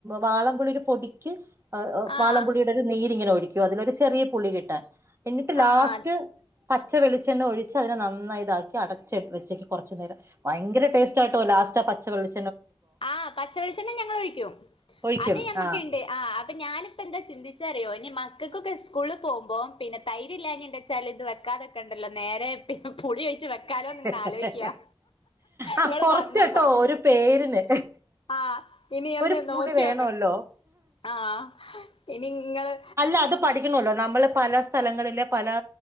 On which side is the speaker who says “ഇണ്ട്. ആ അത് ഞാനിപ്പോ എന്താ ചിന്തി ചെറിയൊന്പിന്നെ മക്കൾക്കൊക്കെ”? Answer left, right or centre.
Left